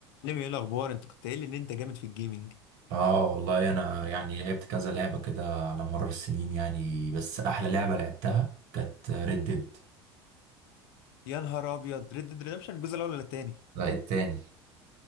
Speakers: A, on the left (about 60°); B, on the right (about 55°).
A: ليه ايه الاخبار انت كنت قايل لي ان انت جامد في الجيمنج
B: اه والله انا يعني لعبت كذا لعبة كده على مر السنين يعني بس احلى لعبة لعبتها كانت ريد ديد
A: يا نهار ابيض ريد ديد ريدمشن الجزء الاول ولا التاني
B: لا التاني